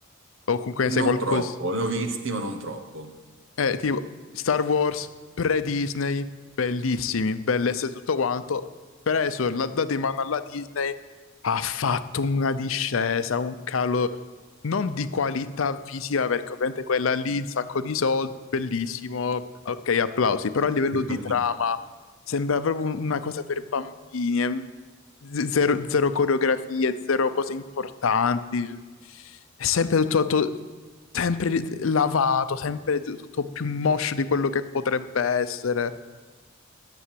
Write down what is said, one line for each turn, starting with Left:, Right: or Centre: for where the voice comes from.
Left: o comunque ne
Right: Non
Left: sai qualcosa,
Right: troppo, ne ho visti, ma non troppo.
Left: eh, tipo Star Wars pre-Disney, bellissimi, bellezze e tutto quanto, preso, l'ha dato in mano alla Disney, ha fatto una discesa, un calo non di qualità visiva, perché ovviamente quella lì, un sacco di soldi, bellissimo, ok, applausi, però a livello
Right: <laughs>
Left: di trama sembra proprio un- una cosa per bambini, eh, z- zero, zero coreografie, zero cose importanti, è sempre tutto... tutto sempre lavato, sempre t- tutto più moscio di quello che potrebbe essere.